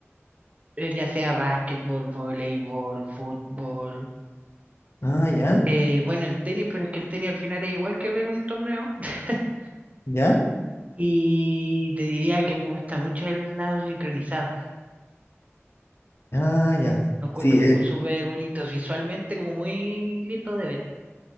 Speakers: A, on the right (about 30°); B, on the left (about 55°).
A: eh, ya sea básquetbol, voleibol, fútbol.
B: Ah, ya,
A: eh, bueno, el tenis, pero es que el tenis al final es igual que ver un torneo. <laughs>
B: ya,
A: Y te diría que me gusta mucho el nado sincronizado.
B: ah, ya.
A: Lo encuentro
B: Sí,
A: como
B: eh,
A: súper bonito visualmente, como muy lindo de ver.